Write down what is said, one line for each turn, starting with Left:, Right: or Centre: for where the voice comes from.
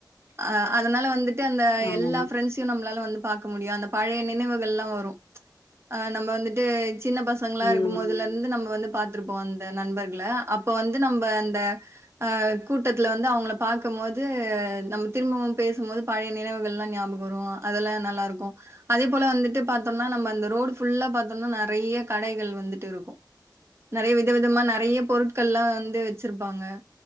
Right: அ அதனால வந்துட்டு அந்த
Left: ஆமா
Right: எல்லா
Left: ஆமா
Right: ஃப்ரெண்ட்ஸையு நம்ளால வந்து பாக்க முடியு அந்த பழைய நினைவுகள் எல்லா வரு ஆ நம்ம வந்துட்டு சின்ன பசங்ளா
Left: ம்
Right: இருக்கும்போதுல இருந்து நம்ம வந்து பாத்ருப்போ அந்த நண்பர்கள அப்ப வந்து நம்ம அந்த அ கூட்டத்துல வந்து அவங்கள பாக்கும் போது நம்ம திரும்பவு பேசும்போது பழைய நினைவுகள் எல்லா ஞாபகோ வரு அதெல்லா நல்லா இருக்கு அதே போல வந்துட்டு பாத்தோன்னா நம்ம அந்த ரோடு ஃபுல்லா பாத்தோன்னா நெறைய கடைகள் வந்துட்டு இருக்கு நெறைய வித விதமா நெறைய பொருட்கள்லா வந்து வச்சிருப்பாங்க